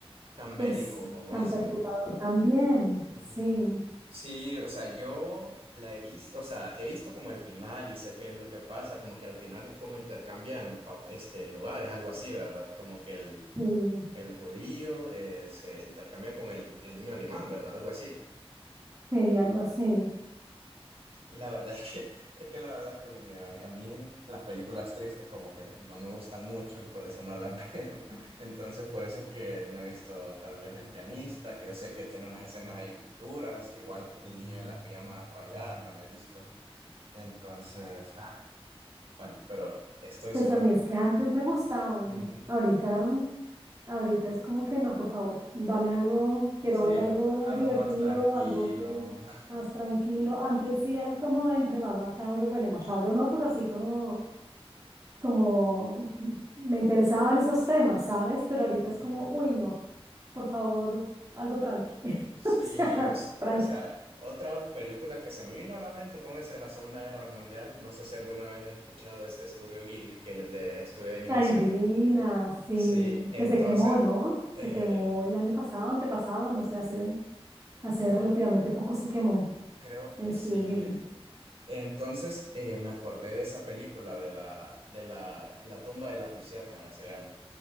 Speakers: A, on the right; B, on the right.
A: Tan bélico,
B: pues,
A: como
B: tan
A: dicen.
B: perturbador también.
A: Ujú.
B: Sí,
A: Sí, o sea, yo la he visto, o sea, he visto como el final y sé qué es lo que pasa, como que al final como intercambian pa- este, lugares, algo así, ¿verdad? Como que el,
B: sí,
A: el judío eh, se intercambia con el, el niño alemán, ¿verdad? Algo así.
B: sí, algo así.
A: Y la verdad <laughs> es que, es que la verdad es que mira, a mí las películas tristes como que no me gustan mucho y por eso no las <laughs> veo. Entonces por eso es que no he visto tal vez El Pianista, que yo sé que tiene unas escenas ahí duras, igual que El Niño de las Pijamas Rayadas, no la he visto. Entonces, ah, bueno, pero estoy
B: Pues
A: seguro.
B: a mí es que antes me gustaban,
A: Ujú.
B: ahorita, ahorita es como que no, por favor, dame algo, quiero
A: Sí,
B: ver algo
A: algo
B: divertido,
A: más tranquilo.
B: algo que
A: <laughs>
B: más tranquilo. Antes sí era como entre más macabro, bueno, macabro no, pero así como, como me interesaban esos temas, ¿sabes? Pero ahorita
A: Ujú.
B: es como, uy, no, por favor, algo tranqui. <laughs>
A: Sí,
B: O sea,
A: o, s-
B: tranqui.
A: o sea, otra película que se me vino a la mente con eso de la Segunda Guerra Mundial, no sé si alguna vez has escuchado de este estudio Ghibli, que es el de estudio de animación.
B: Ay, divina, sí,
A: Sí, entonces,
B: que se quemó, ¿no? Se
A: eh,
B: quemó el año pasado, antepasado, no sé, hace Hace
A: cre-
B: relativamente poco se quemó
A: creo que
B: el estudio
A: sí, fíjate.
B: Ghibli.
A: Entonces, eh, me acordé de esa película de la, de la, La tumba de las luciérnagas, se llama.